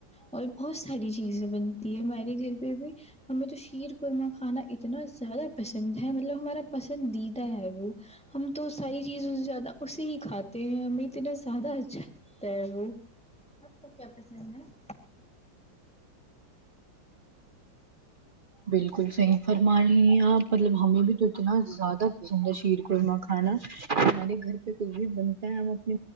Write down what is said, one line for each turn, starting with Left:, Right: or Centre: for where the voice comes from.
Centre: اور بہت ساری چیزیں بنتی ہے ہمارے گھر پہ ابھی ہمیں تو شیر قورمہ کھانا اتنا زیادہ پسند ندھ ہے مطلب ہمارا پسندیدہ ہے وہ ہم تو ساری چیز زیادہ اسے ہی کھاتے ہیں ہمیں اتنا زیادہ اچھا ل تیرو آپ کو کیا پسند ہے
Right: بالکل صحیح فرما رہی ہیں آپ مطلب ہمیں بھی تو اتنا زیادہ پسندہ شیر قورما کھانا ہمارے گھر پہ کچھ بھی بنتا ہے ہم اپنی